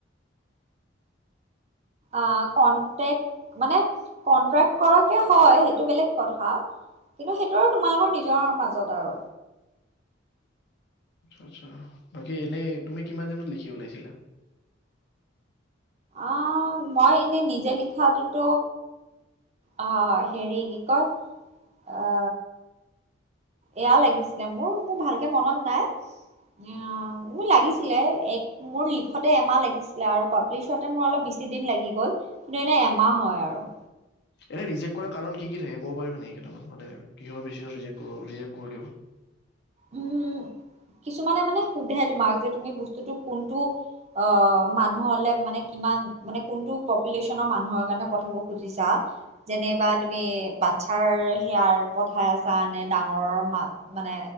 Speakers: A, on the right; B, on the left.
A: আ কনটেক মানে, কন্ট্ৰেক্ট কৰাকে হয় সেইটো বেলেগ কথা। কিন্তু সেইটো আৰু তোমালোকৰ নিজ নিজৰ মাজত। তাও।
B: আচ্ছা বাকী এনেই তুমি কিমান দিনত লিখি ওলাইছিলা।
A: আ মই এনে নিজে লিখাটোত অ হেৰি কি কয় আ এয়া লাগিছিলে মোৰ মোৰ ভালকে মনত নাই। এয়াও মোৰ লাগিছিলে এক মোৰ লিখতে এমাহ লাগিছিলে আৰু পাব্লিছতে মোৰ অলপ বেছি দিন লাগি গল কিন্তু এনে এমাহ হয় আৰু।
B: এনে ৰিজেক কৰা কাৰণ কি কি থাকে ক'ব পাৰিব নেকি কেটামান মানে কিহৰ বেছিকত ৰিজেক কৰিব ৰিজেক কৰি দিব।
A: উম কিছুমানে মানে সোধে তোমাক যে তুমি বস্তুটো কোনটো অ মানুহলে মানে কিমান মানে কোনটো পপুলেশ্যনৰ মানুহৰ কাৰণে পঠাব খুজিছা। যেনেবা তুমি বাচ্ছাৰ সেয়াৰ পঠাই আছা নে ডাঙৰ মা মানে